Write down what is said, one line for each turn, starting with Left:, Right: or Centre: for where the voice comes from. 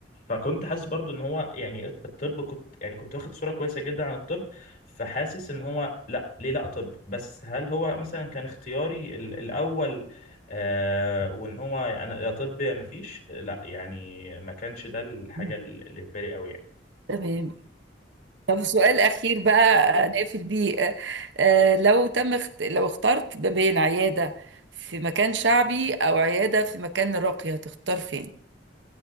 Left: فكنت حاسس برضو ان هو يعني الط- الطب كنت يعني كنت واخد صورة كويسة جدا عن الطب فحاسس ان هو لا ليه لا طب بس هل هو مثلا كان اختياري ال- الاول آه وان هو يعني يا طب يا مفيش لا يعني ما كانش ده الحاجة
Right: مم.
Left: اللي في بالي قوي يعني
Right: تمام طب سؤال أخير بقى آه، نقفل بيه آه، آه، لو تم اخت... لو اخترت ما بين عيادة في مكان شعبي أو عيادة في مكان راقي هتختار فين؟